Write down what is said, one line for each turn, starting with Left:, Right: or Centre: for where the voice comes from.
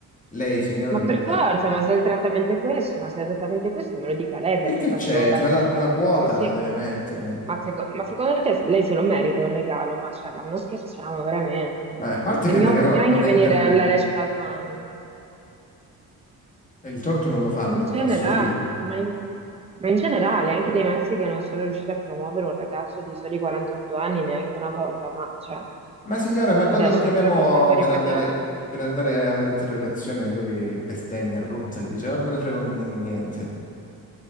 Left: lei, signora,
Right: Ma
Left: dovrebbe...
Right: per forza, ma se il trattamento è questo, ma se il trattamento è questo, me lo dica lei
Left: E
Right: perché
Left: che
Right: cosa
Left: c'entra?
Right: devo partecipare.
Left: La, la quota
Right: Ma sì,
Left: la deve mettere.
Right: ma, seco- ma secondo te lei se lo merita un regalo? Ma, cioè, ma non scherziamo veramente.
Left: Ma a parte
Right: E
Left: che
Right: mi
Left: il regalo
Right: obbliga anche
Left: non
Right: a
Left: è
Right: venire
Left: per me,
Right: alla recita domani.
Left: il torto non lo fa a me,
Right: Ma in
Left: lo
Right: genera-
Left: fa a suo figlio.
Right: ma in- ma in generale, anche dei Messi che non sono riusciti a promuovere un ragazzo di soli 48 anni neanche una volta, ma cioè,
Left: Ma signora, ma quando
Right: adesso
Left: lo chiamiamo
Right: ancora è costretto a ripetere
Left: per andare,
Right: la...
Left: per andare all'interrogazione, lui bestemmia, rutta e dice: "Oh, Non me ne frega un- niente.